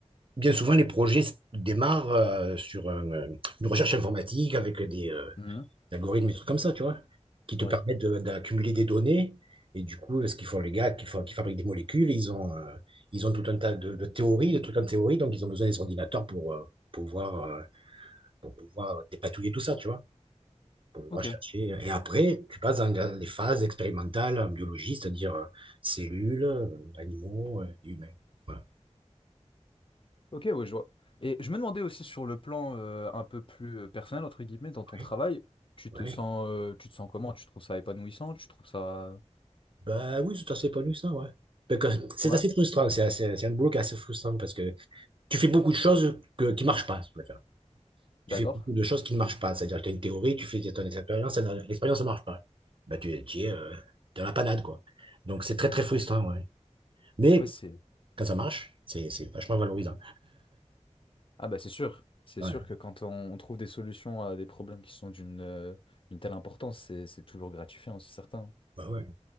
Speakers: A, on the right (about 45°); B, on the left (about 45°).
A: bien souvent, les projets s- démarrent euh, sur un, euh, une recherche informatique avec des, euh,
B: Mhm.
A: algorithmes, et trucs comme ça, tu vois, qui te
B: Oui.
A: permettent de- d'accumuler des données. Et du coup, ce qu'ils font, les gars, qui, fa- qui fabriquent des molécules, ils ont, euh, ils ont tout un tas de, de théories, de trucs en théorie, donc ils ont besoin des ordinateurs pour euh, pouvoir, euh, pour pouvoir dépatouiller tout ça, tu vois, pour pouvoir
B: Ok.
A: chercher. Et après, tu passes dans la- les phases expérimentales en biologie, c'est-à-dire euh, cellules, euh, animaux, euh, et humains. Voilà.
B: Ok, ouais, je vois. Et je me demandais aussi sur le plan euh, un peu plus euh, personnel, entre guillemets, dans ton
A: Ouais.
B: travail, tu te
A: Ouais.
B: sens, euh, tu te sens comment? Tu trouves ça épanouissant? Tu trouves ça...
A: Bah oui, c'est assez pas lu ça, ouais. Donc, euh, C'est
B: Ouais,
A: assez frustrant, c'est assez- c'est un boulot qui est assez frustrant parce que tu fais beaucoup de choses que, qui ne marchent pas, si tu préfères. Tu
B: d'accord.
A: fais beaucoup de choses qui ne marchent pas. C'est-à-dire que tu as une théorie, tu fais ton expérience, ça ne- l'expérience ne marche pas. Bah, tu, tu es euh, dans la panade, quoi. Donc, c'est très, très frustrant, ouais. Mais
B: Ouais, c'est...
A: quand ça marche, c'est c'est vachement valorisant.
B: Ah bah c'est sûr. C'est
A: Ouais.
B: sûr que quand on, on trouve des solutions à des problèmes qui sont d'une euh, d'une telle importance, c'est c'est toujours gratifiant, c'est certain.
A: Bah ouais.